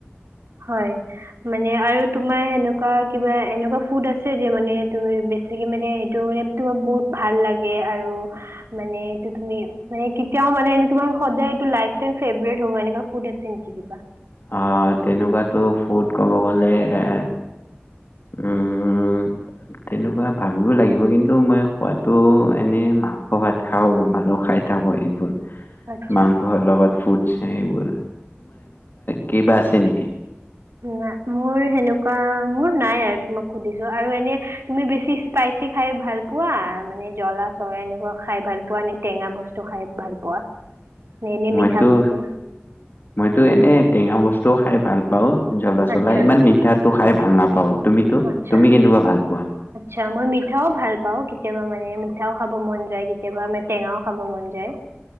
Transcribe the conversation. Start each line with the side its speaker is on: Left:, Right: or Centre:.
Right: হয়। মানে আৰু তোমাৰ সেনেকুৱা কিবা এনেকুৱা ফুড আছে যে মানে তুমি বেছিকে মানে সেইটো মানে তোমাক বহুত ভাল লাগে আৰু মানে এইটো তুমি মানে কেতিয়াও মানে এনে তোমাৰ সদায় এইটো লাইফ টাইম ফেভৰেট হ'ব এনেকুৱা ফুড আছে নেকি কিবা?
Left: অ' তেনেকুৱাতো ফুড ক'ব গলে, এ উম! তেনেকুৱা ভাবিব লাগিব কিন্তু, মই খোৱাতো এনেই মাংস ভাত খাও, খাই থাকোঁ সেইবোৰ।
Right: আচ্ছা,
Left: মাংসৰ লগত ফুট ু কিবা আছে নেকি?
Right: ন মোৰ সেনেকুৱা মোৰ নাই আৰু তোমাক সুধিছো আৰু এনে তুমি বেছি স্পাইচি খাই ভাল পোৱা মানে, জলা চলা এনেকুৱা খাই ভাল পোৱা নে, টেঙা বস্তু খাই ভাল পোৱা? নে এনে
Left: মইতো,
Right: মিঠা বস্তু
Left: মইতো এনে টেঙা বস্তুও খাই ভাল পাওঁ। জ্বলা চলা
Right: আচ্ছা
Left: ইমান মিঠাটো খাই ভাল নাপ <inaudible> তুমিতো,
Right: আচ্ছা
Left: তুমি কেনেকুৱা ভাল পোৱা?
Right: <unintelligible> মই মিঠাও ভাল পাওঁ কেতিয়াবা মানে মিঠাও খাব মন যায় কে কেতিয়াবা আমাৰ টেঙাও খাব মন যায়।